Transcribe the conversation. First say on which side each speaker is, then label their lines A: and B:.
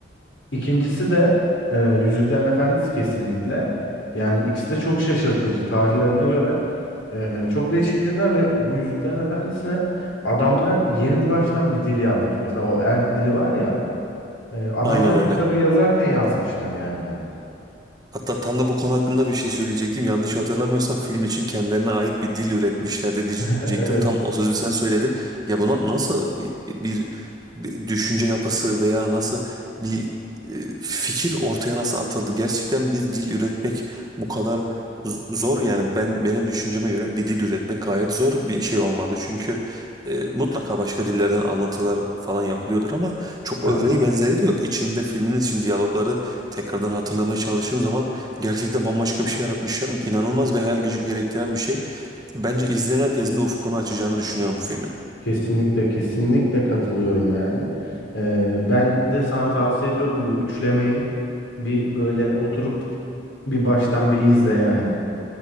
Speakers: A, on the left; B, on the right.
A: İkincisi de e, Yüzüklerin Efendisi kesinlikle. Yani ikisi de çok şaşırtıcı tarihlerine göre. e, çok değişik filmler ve bu Yüzüklerin Efendisi'ne adamlar yeni baştan bir dil yazmış. Mesela o elf dili var ya. e, adamlar
B: Aynen öyle.
A: bu kitabı yazarken yazmışlar yani bunu.
B: Hatta tam da bu konu hakkında bir şey söyleyecektim. Yanlış hatırlamıyorsam film için kendilerine ait bir dil üretmişlerdi diyecektim.
A: <laughs> Evet.
B: Tam o sözü sen söyledin. Ya buna nasıl e, bir, bir düşünce yapısı veya nasıl bir e, fikir ortaya nasıl atıldı? Gerçekten bir dil üretmek bu kadar z- zor yani ben benim düşünceme göre bir dil üretmek gayet zor bir şey olmadı. Çünkü e, mutlaka başka dillerden alıntılar falan yapılıyordur ama çok
A: Aha.
B: örneği benzeri de yok. İçinde filmin için diyalogları Tekrardan hatırlamaya çalıştığım zaman gerçekten bambaşka bir şey yaratmışlar. İnanılmaz bir hayal gücü gerektiren bir şey. Bence izleyen herkesin de ufkunu açacağını düşünüyorum bu filmin.
A: Kesinlikle kesinlikle katılıyorum yani. E, ben de sana tavsiye ediyorum bu üçlemeyi bir böyle oturup bir baştan bir izle yani.